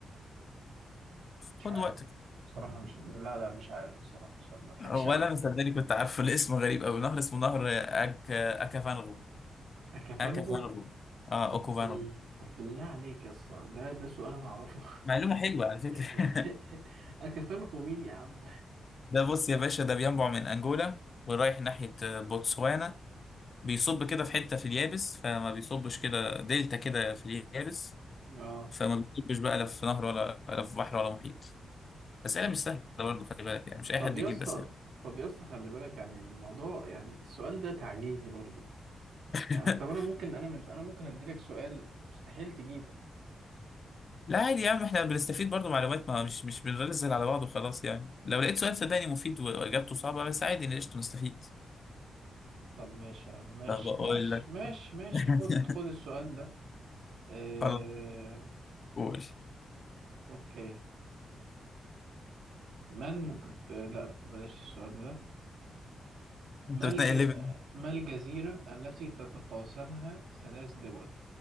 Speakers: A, on the right; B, on the left.
A: مش
B: خد
A: عارف
B: وقتك
A: بصراحة مش <laughs> لا لا مش عارف بصراحة عشان ما أضحكش
B: هو
A: عليك
B: انا مصدقني كنت عارفه الاسم غريب قوي نهر اسمه نهر اك اكافانغو
A: أكافنغو
B: اكافانغو اه
A: طب
B: اوكوفانغو
A: بال... طب بالله عليك يا اسطى ده ده سؤال أنا أعرفه
B: معلومه حلوه على فكره
A: <laughs>
B: <laughs>
A: أكافنغو مين يا عم
B: ده بص يا باشا ده بينبع من انجولا ورايح ناحيه بوتسوانا بيصب كده في حته في اليابس فما بيصبش كده دلتا كده في اليابس
A: <laughs> اه
B: فما بيصبش بقى لا في نهر ولا ولا في بحر ولا محيط اسئله مش سهله برضه خلي بالك يعني مش اي
A: طب
B: حد
A: يا
B: يجيب
A: اسطى
B: اسئله
A: طب يا اسطى خلي بالك يعني الموضوع يعني السؤال ده تعجيزي برضو
B: <laughs>
A: يعني طب أنا ممكن أنا من... أنا ممكن أديلك سؤال مستحيل تجيب
B: لا عادي يا عم احنا بنستفيد برضو معلومات ما مش مش بنرزل على بعض وخلاص يعني لو لقيت سؤال صدقني مفيد و- واجابته صعبة بس عادي إن قشطة نستفيد
A: طب ماشي يا عم ماشي
B: طب اقول
A: ماشي
B: لك
A: ماشي ماشي
B: <laughs>
A: خد خد السؤال ده آه،
B: خلاص قول
A: أوكي ما المك... آه، لا بلاش السؤال ده
B: انت
A: ما
B: بتنقي
A: الج...
B: ليفل
A: ما الجزيرة التي تتقاسمها ثلاث دول